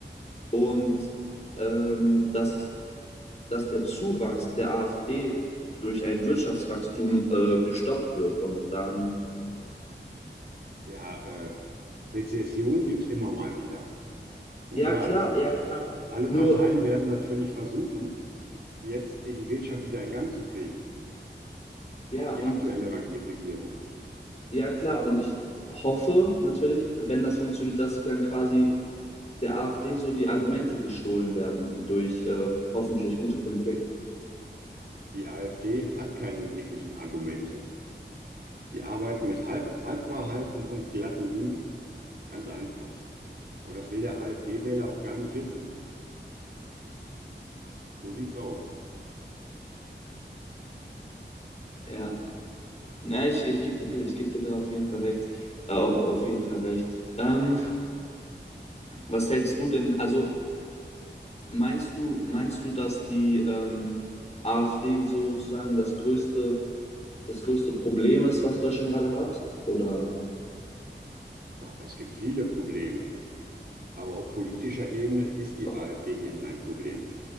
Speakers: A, on the left; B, on the right.
A: Und ähm, dass dass der Zuwachs der AfD durch ein Wirtschaftswachstum äh, gestoppt wird. Und dann,
B: Ja, äh, Rezession gibt's immer mal wieder. Und
A: ja
B: klar,
A: klar, ja klar.
B: alle
A: Nur,
B: Parteien werden natürlich versuchen, jetzt äh, die Wirtschaft wieder in Gang zu kriegen.
A: ja,
B: Auch die
A: und
B: aktuelle Regi- Regierung.
A: ja klar, und ich hoffe natürlich, wenn das funktioniert, dass dann quasi der AfD so die Argumente gestohlen werden durch äh, hoffentlich gute Politik.
B: Die AfD hat keine wirklichen Argumente. Die arbeiten mit Halb Halbwahrheiten und glatten Lügen. Ganz einfach. Aber das will der AfD-Wähler auch gar nicht wissen. So sieht's aus.
A: Ja, na, ich, ich gebe dir, ich geb dir da auf jeden Fall recht. Äh, auf, auf jeden Fall recht. Ähm, was hältst du denn? Also, Meinst du, meinst du, dass die ähm, AfD sozusagen das größte, das größte Problem ist, was Deutschland gerade hat? Oder?
B: Ach, es gibt viele Probleme. Aber auf politischer Ebene ist die
A: Ach,
B: AfD eben ein Problem.